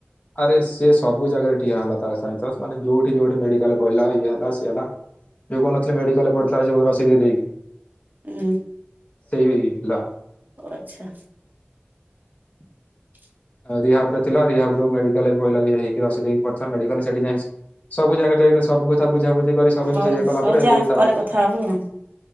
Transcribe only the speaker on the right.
ଉଁ
ଆଚ୍ଛା <inaudible>
ହଉ
ହଉ
ଯା
କଥା ହବୁ ଆଉ